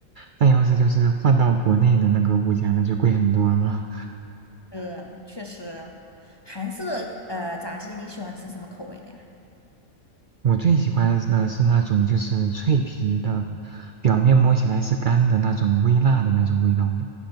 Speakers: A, on the right (about 80°); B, on the left (about 30°).
A: 但要是就是换到国内的那个物价，那就贵很多了。
B: 呃，确实，韩式的呃炸鸡你喜欢吃什么口味的呀？
A: 我最喜欢的是那种就是脆皮的，表面摸起来是干的那种微辣的那种味道的。